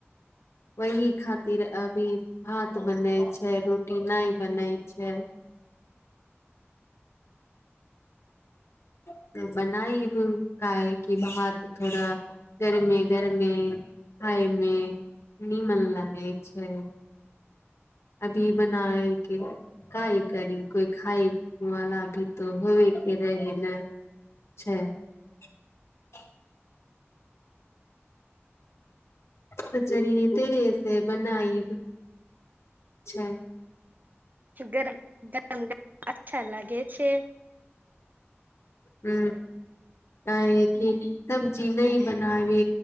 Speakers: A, on the left; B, on the right.
A: वही खातिर अभी भात बनै छै रोटी नहि बनै छै। त बनाइ काय कि भात थोड़ा गरमे गरमे खााय मे नीमन लगे छै अभी बनाय के काय करी कोइ खाय वालला भी तो होबे के रहे नहि छै आ ह जरी त रेस बनाई छै
B: गरम गरम ग अच्छा लागे छै
A: ह काह क सब्जी नहि बनाबी